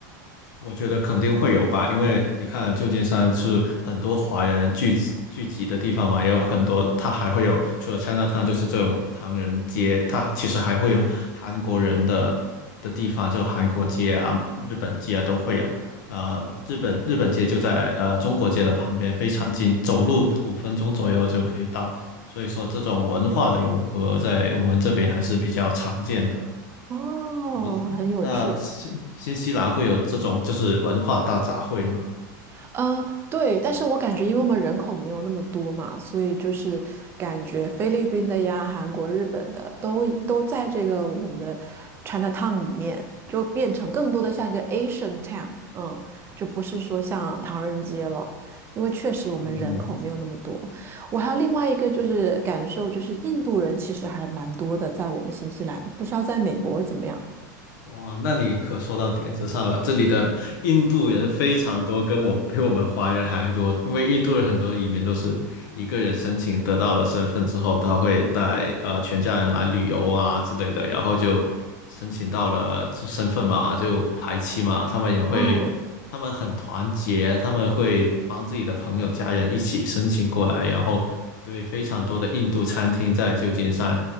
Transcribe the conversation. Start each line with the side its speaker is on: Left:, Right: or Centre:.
Left: 我觉得肯定会有吧，因为你看旧金山是很多华人聚集聚集的地方嘛，也有很多，它还会有除了 Chinatown 就是这种唐人街，它其实还会有韩国人的的地方，就韩国街啊、日本街啊都会有。呃，日本日本街就在呃中国街的旁边，非常近，走路五分钟左右就可以到。所以说，这种文化的融合在我们这边还是比较常见的。
Right: 哦，
Left: 我不知，
Right: 很有趣。
Left: 那新新西兰会有这种就是文化大杂烩吗？
Right: 呃，对，但是我感觉，因为我们人口没有那么多嘛，所以就是感觉菲律宾的呀、韩国、日本的都都在这个我们的 China Town 里面，就变成更多的像一个 Asian Town，嗯，就不是说像唐人街了，因为确实我们人口没有那么多。
Left: 嗯，
Right: 我还有另外一个就是感受，就是印度人其实还蛮多的，在我们新西兰，不知道在美国怎么样。
Left: 哇，那你可说到点子上了。这里的印度人非常多，跟我比我们华人还多。因为印度人很多移民都是一个人申请得到了身份之后，他会带呃全家人来旅游啊之类的，然后就申请到了就身份嘛，就排期嘛。他们也会，
Right: 嗯，
Left: 他们很团结，他们会帮自己的朋友、家人一起申请过来，然后对非常多的印度餐厅在旧金山。